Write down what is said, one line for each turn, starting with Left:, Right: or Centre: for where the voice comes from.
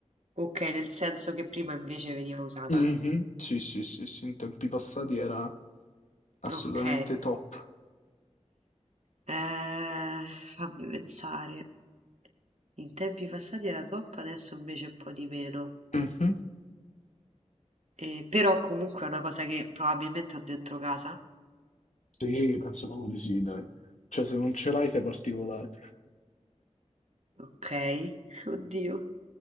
Right: Ok, nel senso che prima invece veniva usata.
Left: Mhm, Sì, sì, sì, sì, in tempi passati era assolutamente
Right: Ok.
Left: top.
Right: Eh, fammi pensare. In tempi passati era top, adesso invece un po' di meno.
Left: Mhm.
Right: Eh, però comunque è una cosa che probabilmente ho dentro casa.
Left: Sì, penso proprio di sì, dai. Cioè, se non ce l'hai sei particolare.
Right: Ok, <laughs> oddio,